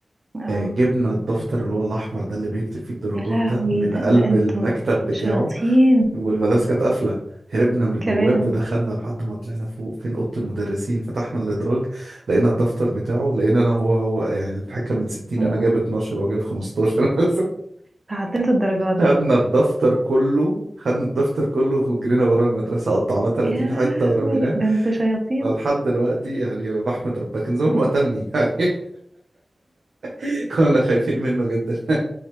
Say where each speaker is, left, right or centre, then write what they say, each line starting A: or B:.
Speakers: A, on the right; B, on the right.
A: اه
B: آه، جبنا الدفتر اللي هو الاحمر ده اللي بيكتب فيه الدرجات
A: يا لهوي
B: ده من
A: ده
B: قلب
A: ده انتوا
B: المكتب بتاعه
A: شياطين
B: والمدرسة كانت قافلة هربنا من البواب
A: كمان
B: ودخلنا لحد ما طلعنا فوق فين أوضة المدرسين فتحنا الإدراج لقينا الدفتر بتاعه لقينا أنا هو هو يعني الامتحان كان من 60
A: امم
B: أنا جايب 12 وهو جايب 15 <laughs>
A: تعدلتوا الدرجات
B: خدنا
A: بقى
B: الدفتر كله خدنا الدفتر كله وجرينا ورا المدرسة قطعناه 30
A: يا لهوي
B: حتة ورميناه
A: ده انتوا شياطين
B: لحد دلوقتي يعني بحمد ربنا كان زمانه ما قتلني يعني <laughs> كنا خايفين منه جدا <laughs>